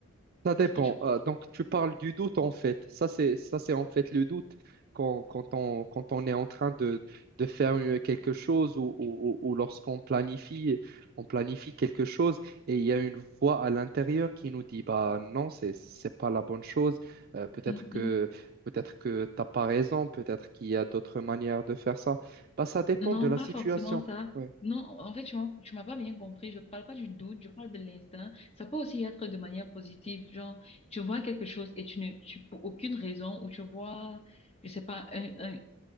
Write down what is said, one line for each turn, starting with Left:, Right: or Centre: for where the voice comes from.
Right: Ça dépend.
Left: Est-ce que tu crois?
Right: Euh, donc, tu parles du doute, en fait. Ça, c'est, ça, c'est en fait le doute quand, quand on, quand on est en train de, de faire euh, quelque chose ou, ou- ou- ou lorsqu'on planifie, on planifie quelque chose et il y a une voix à l'intérieur qui nous dit, bah non, c'est, c'est pas la bonne chose. Euh, peut-être
Left: Mm,
Right: que,
Left: mm.
Right: peut-être que t'as pas raison. Peut-être qu'il y a d'autres manières de faire ça. Bah, ça dépend
Left: Non,
Right: de la
Left: pas
Right: situation.
Left: forcément ça.
Right: Oui,
Left: Non, en fait, tu m'as, tu m'as pas bien compris. Je parle pas du doute, je parle de l'instinct. Ça peut aussi être de manière positive, genre, tu vois quelque chose et tu ne, tu, pour aucune raison, ou tu vois, je sais pas, un, un-